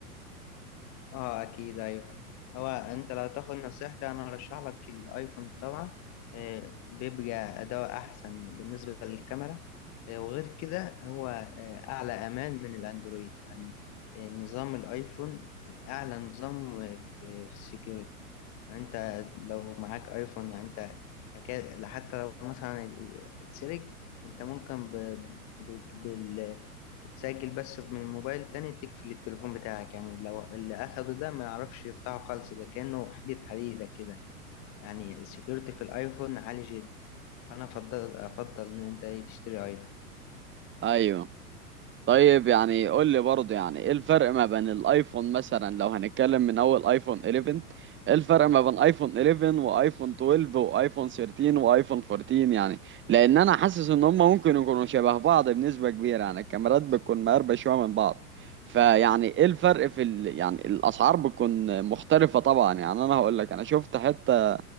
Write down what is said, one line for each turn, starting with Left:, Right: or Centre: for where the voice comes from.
Left: اه اكيد ايوه هو انت لو تاخد نصيحتي انا ارشح لك الايفون طبعا آه، بيبقى اداء احسن بالنسبة للكاميرا آه، وغير كده هو آه، اعلى امان من الاندرويد يعني آه، نظام الايفون اعلى نظام آه، في في السكيورتي يعني انت لو معاك ايفون يعني انت حكا- حتى لو مثلا اتسرق انت ممكن ب... ب... بال... بتسجل بس من موبايل تاني تقفل التليفون بتاعك يعني لو اللي اخده ده ما يعرفش يفتحه خالص يبقى كأنه حديد حديدة كده يعني السكيورتي في الايفون عالي جدا فانا افضل افضل ان انت إيه تشتري ايفون
Right: ايوه طيب يعني قول لي برضه يعني ايه الفرق ما بين الايفون مثلا لو هنتكلم من اول ايفون 11 ايه الفرق ما بين ايفون 11 وايفون 12 وايفون 13 وايفون 14 يعني لان انا حاسس ان هم ممكن يكونوا شبه بعض بنسبة كبيرة يعني الكاميرات بتكون مقربة شوية من بعض فيعني ايه الفرق في ال... يعني الاسعار بتكون مختلفة طبعا يعني انا هقول لك انا شفت حتى